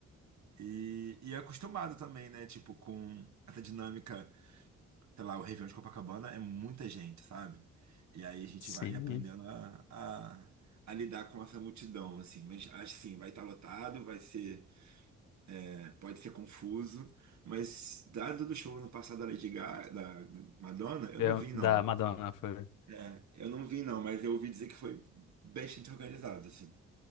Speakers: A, on the right; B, on the left.
A: E, e é acostumado também, né? Tipo, com essa dinâmica sei lá, o Réveillon de Copacabana é muita gente, sabe? E aí a gente
B: Sim.
A: vai aprendendo a, a, a lidar com essa multidão, assim. Mas assim, vai estar lotado, vai ser, é, pode ser confuso, mas dado do show no passado da Lady Gaga, da Madonna, eu
B: Eu-
A: não vi não.
B: da Madonna, foi.
A: É, eu não vi não, mas eu ouvi dizer que foi bastante organizado, assim.